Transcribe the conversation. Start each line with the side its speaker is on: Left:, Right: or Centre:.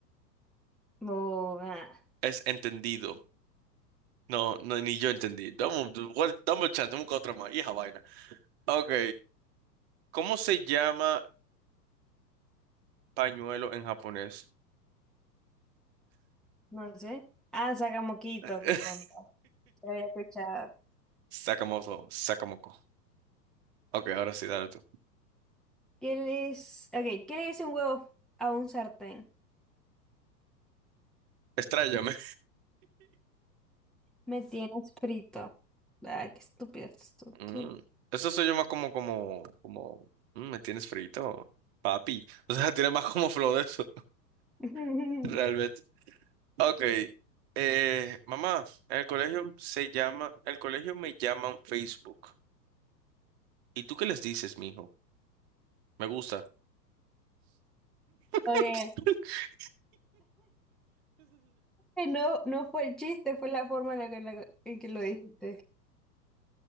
Centre: Bo- ah,
Right: Es entendido. No, no, ni yo entendí. Dame, un- what- dame un chance, dame otra más. Hija vaina. Ok. ¿Cómo se llama pañuelo en japonés?
Centre: no sé. Ah, saca moquito,
Right: <laughs>
Centre: qué tonto. Lo había escuchado.
Right: Sakamoto, Sakamoko. Ok, ahora sí, dale tú.
Centre: ¿Qué le es- Ok, ¿qué le dice un huevo a un sartén?
Right: Estrállame.
Centre: Me tienes frito. Ah, qué estúpido esto.
Right: Mm,
Centre: tú.
Right: Eso se llama como, como, como, mm, me tienes frito, papi. <laughs> O sea, tiene más como flow de eso,
Centre: <laughs>
Right: <laughs> realmente. Ok, eh, mamá, en el colegio se llama, el colegio me llaman Facebook. ¿Y tú qué les dices, mijo? Me gusta. <laughs>
Centre: Ok. Eh, No, no fue el chiste, fue la forma en la que, la- en que lo dijiste.